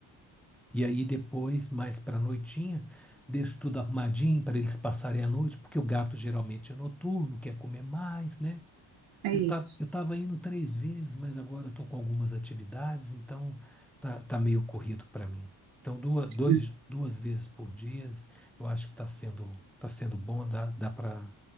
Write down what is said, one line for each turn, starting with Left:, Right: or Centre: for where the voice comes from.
Centre: E aí depois, mais para a noitinha, deixo tudo arrumadinho para eles passarem a noite, porque o gato geralmente é noturno, quer comer mais, né?
Right: é
Centre: Eu
Right: isso.
Centre: tá, eu estava indo três vezes, mas agora estou com algumas atividades, então tá, tá meio corrido para mim. Então duas, dois,
Right: Hum.
Centre: duas vezes por dia, eu acho que está sendo, tá sendo bom, dá, dá para